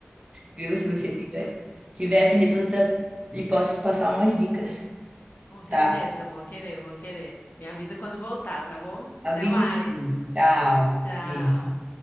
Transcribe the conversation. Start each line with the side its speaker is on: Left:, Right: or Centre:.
Right: viu?
Left: legal.
Right: Se você tiver, tiver a fim, depois eu até lhe posso passar umas dicas,
Left: Com certeza,
Right: tá?
Left: eu vou querer, eu vou querer. Me avisa quando voltar, tá bom?
Right: Aviso
Left: Até mais.
Right: sim. Tchau.
Left: Tchau.
Right: Beijo.